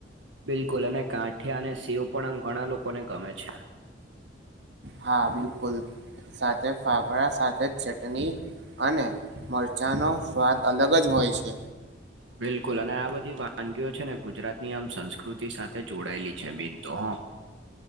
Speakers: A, on the right (about 75°); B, on the right (about 65°).
A: બિલકુલ અને ગાઠિયા અને શેવ પણ આમ ઘણા લોકોને ગમે છે.
B: હા બિલકુલ સાથે ફાફડા સાથે ચટણી અને મરચાંનો સ્વાદ અલગ જ હોય છે.
A: બિલકુલ અને આ બધી વાનગીઓ છે ને ગુજરાત ની આમ સંસ્કૃતિ સાથે જોડાયેલી છે મેઈન તો હ. <unintelligible>